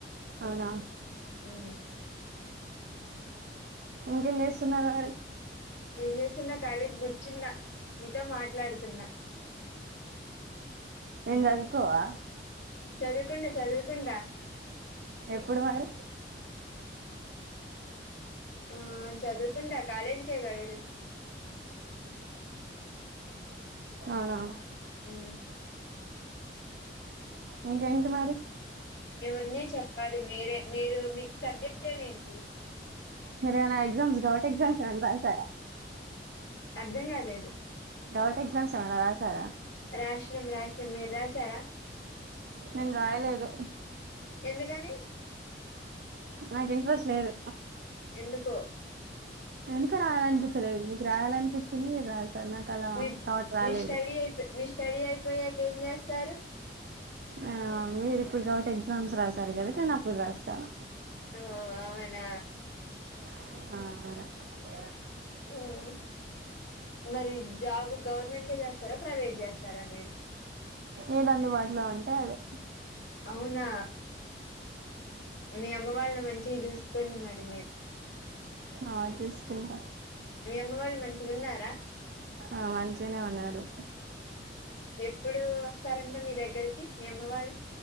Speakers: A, on the right; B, on the left.
A: అవునా
B: హ్మ్
A: ఇంకేం చేస్తున్నారు మరి
B: ఏం చేస్తున్నా కాళీగ కూర్చున్న మీతో మాట్లాడుతున్నా ఆ
A: ఏం చదువుకోవా
B: చదువుకుంటా చదువుకుంటా
A: ఎప్పుడు మరి
B: ఆ చదువుకుంటా కాలేజి కె కదా ఏళ్ళింది
A: అవునా
B: అ హ్మ్
A: ఇంకేంటి మరి
B: మేమున్ని చెప్పాలి మీరే మీరు మీక్ సబ్జెక్ట్ ఏంటి
A: మీరు ఏమైనా ఎగ్జామ్స్ గవట్ ఎగ్జామ్స్ ఏమైనా రాసారా
B: అర్థం కాలేదు
A: గవట్ ఎగ్జామ్స్ ఏమైనా రాసారా
B: రాశినం రాశినం మీరు రాసారా
A: నేను రాయలేదు
B: ఎందుకని
A: నాకు ఇంట్రెస్ట్ లేదు
B: ఎందుకో
A: ఎందుకో రాయాలనిపించలేదు మీకు రాయాలనిపించింది మీరు రాసారు నాకు అలా
B: మీ
A: థాట్ రాలేదు
B: మీ స్టడి అయిపో మీ స్టడీ అయిపోయాక ఏం చేస్తారు
A: ఆ మీరు ఇప్పుడు గబ్బటి ఎగ్జామ్స్ రాసారు కదా నేను అప్పుడు రాస్తాను
B: ఓ అవునా
A: ఆ
B: హ్మ్ మరి జాబ్ గవర్నమెంట్ ఎ చేస్తారా ప్రైవేట్ చేస్తారా మీరు
A: ఏది అందుబాటులో ఉంటే అదే
B: అవునా మీ అమ్మ వాళ్ళ ను మంచిగా చూసుకోండి మరి మీరు
A: ఆ చూసుకుంటా
B: మీ అమ్మ వాళ్ళు మంచిగా ఉన్నారా
A: ఆ మంచిగనే ఉన్నారు
B: ఎప్పుడు వస్తారంట మీ దగ్గరికి మీ అమ్మ వాళ్ళు